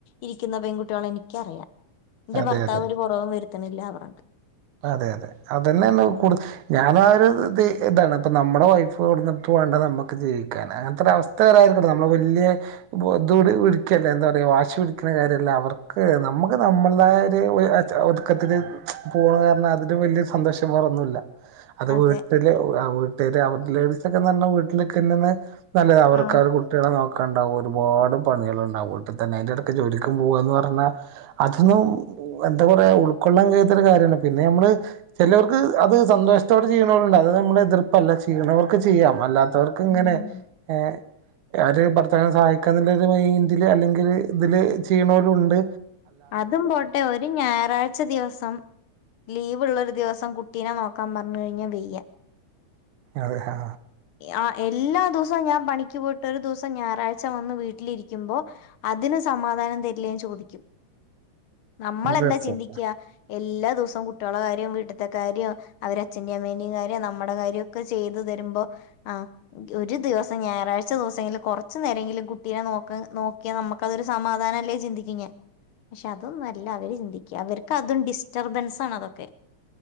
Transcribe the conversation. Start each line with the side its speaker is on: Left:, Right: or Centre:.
Left: ഇരിക്കുന്ന പെൺകുട്ടികളെ എനിക്കറിയാം എന്റെ
Right: അതെ
Left: ഭർത്താവ്
Right: അതെ
Left: ഒരു കുറവും വരുത്തണില്ല അവരുണ്ട്
Right: അതെ അതെ അതന്നെയ കൂടുത ഞാൻ ആ ഒരു ഇത് ഇതാണ് ഇപ്പ നമ്മുടെ വൈഫ്ഞ്ഞിട്ട നമ്മുക്ക് ജീവിക്കാൻ അങ്ങനത്തെ ഒരു അവസ്ഥായിരിക്കട്ടെ നമ്മള് വഴ എന്താ പറ വാശി പിടിക്കുന്ന കാര്യമല്ല അവർക്ക് നമുക്ക് നമ്മളുടൊയ ഒരു ഒതുക്കത്തില് പോണ് കാര അതില് വലിയ സന്തോഷം വേറെ ഒന്നുമില്ല അത്
Left: അതെ
Right: വീട്ടില് അവടെ ലേഡീസ് ഒക്കെ വീട്ടിലൊക്കെന്ന നല്ലത് അവർക്ക്
Left: ആഹ്
Right: അവ കുട്ടികളെ നോക്ക ഉണ്ടാവ ഒരുപാട് പണികൾ ഉണ്ടാവും ഇട്ട തന്നെ അതിന്റെ ഇടക്ക് ജോലിക്കും പോകുകന്ന് പറഞ്ഞാൽ അതൊന്നും എന്താ പറയാ ഉൾക്കൊള്ളാൻ കാര്യമാണ് പിന്നെ നമ്മള് ചിലവർക്ക് അത് സന്തോഷത്തോടെ ചെയീണണ്ട് അത് നമ്മൾ എതിർപ്പല്ല ചെയീണവർക്ക് ചെയ്യാം അല്ലാത്തവർക്ക് ഇങ്ങനെ
Left: ഉം
Right: ഏ ആര് ഭർത്തവിനും സഹായിക്കാുള്ളരു മൈൻഡ് അല്ലെങ്കില് ഇതില് ചെയ്യണവലും ഉണ്ട്
Left: അതും പോട്ടെ ഒരു ഞായറാഴ്ച ദിവസം ലീവ്ള്ളൊരു ദിവസം കുട്ടീനെ നോക്കാൻ പറഞ്ഞു കഴിഞ്ഞഞ് വെയ്യ
Right: അതെ ആ
Left: ആ എല്ലാ ദിവസവും ഞാൻ പണിക്ക് പോയിട്ട് ഒരു ദിവസം ഞായറാഴ്ച വന്ന് വീട്ടിലിരിക്കുമ്പോൾ അതിന് സമാധ നം തരില്ല ചോദിക്കും നമ്മൾെന്താ
Right: തീർച്ചയായിട്ടും
Left: ചിന്തിക്ക എല്ലാ ദിവസം കുട്ടികള കാര്യം വീട്ടത്തെ കാര്യോ അവര് അച്ഛന്റെയും അമ്മേന്റെയും കാര്യോ നമ്മുടെ കാര്യമൊക്കെ ചെയ്ത് തരുമ്പോ ആ ഒരു ദിവസം ഞായറാഴ്ച ദിവസംങ്ക കൊറച്ച നേരങ്കിലും കുട്ടീ നോക്ക നോക്കിയാ നമുക്കതൊരു സമാധാനം അല്ലേ ചിന്ദിക്കുന്നെ പക്ഷെ അതും നല്ല അവര് ചിന്തിക്കുക അവർക്ക് അതും ഡിസ്റ്റർബൻസ ആണ് അതൊക്കെ